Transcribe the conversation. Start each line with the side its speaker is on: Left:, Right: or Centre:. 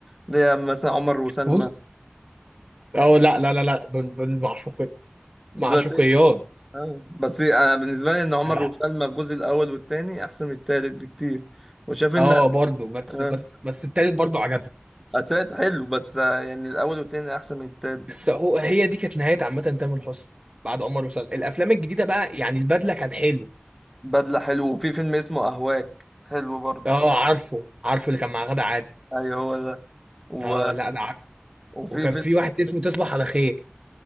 Centre: ده مثلا عمر وسلمى
Right: بص اه لا لا لا لا بن بن معشوقي
Centre: دلوقتي
Right: معشوقيات
Centre: اه بس انا بالنسبه لي ان عمر
Right: أنا بحب-
Centre: وسلمى الجزء الاول والثاني احسن من الثالث بكتير وشاف ان
Right: اه برضه بس
Centre: آه،
Right: بس بس التالت برضه عجبني
Centre: الثالث حلو بس آه، يعني الاول والثاني احسن من الثالث
Right: بس هو هي دي كانت نهايه عامه تامر حسني بعد عمر وسلمى الافلام الجديده بقى يعني البدله كان حلو
Centre: بدله حلو وفي فيلم اسمه اهواك حلو برضو
Right: اه عارفه عارفه اللي كان مع غادة عادل
Centre: ايوه هو ده و...
Right: اه لا ده عارفه
Centre: وفي
Right: وكان
Centre: فيلم
Right: في واحد اسمه تصبح على خير